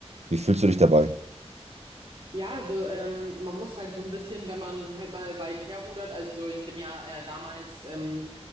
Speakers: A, on the right; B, on the right.
A: wie fühlst du dich dabei?
B: Ja, also ähm, man muss halt so ein bisschen, wenn man halt mal weit herrudert, also ich bin ja äh, damals, ähm,